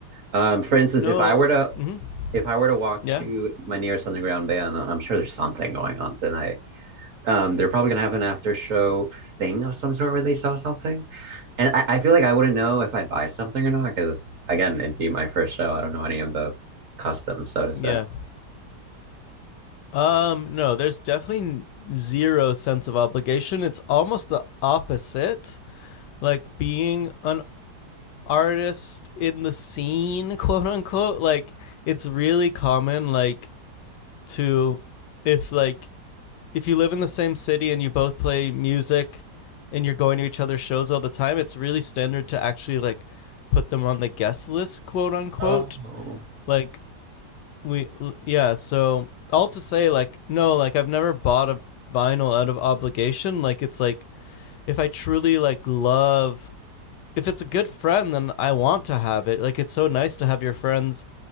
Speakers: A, on the right; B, on the left.
A: Um, for instance,
B: No.
A: if I were to
B: Mhm.
A: if I were to walk
B: Yeah.
A: to my nearest underground band, I'm sure there's something going on tonight. Um, they're probably gonna have an after show thing of some sort where they sell something. And I, I feel like I wouldn't know if I'd buy something or not, because again, it'd be my first show. I don't know any of the customs, so to say.
B: Yeah. Um, no, there's definitely zero sense of obligation. It's almost the opposite. Like being an artist in the scene, <laughs> quote unquote, like it's really common like to if like if you live in the same city and you both play music and you're going to each other's shows all the time, it's really standard to actually like put them on the guest list, quote unquote.
A: Oh,
B: Like we yeah so all to say like no like i've never bought a vinyl out of obligation like it's like if i truly like love if it's a good friend then i want to have it like it's so nice to have your friends